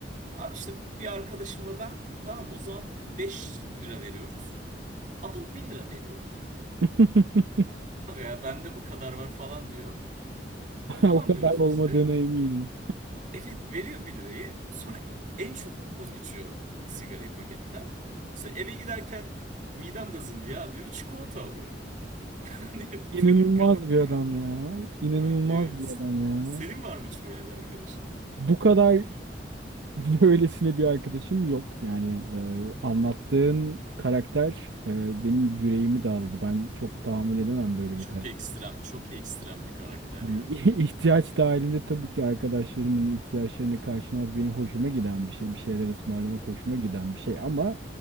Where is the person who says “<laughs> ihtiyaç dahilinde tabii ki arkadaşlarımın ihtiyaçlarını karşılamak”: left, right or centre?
Right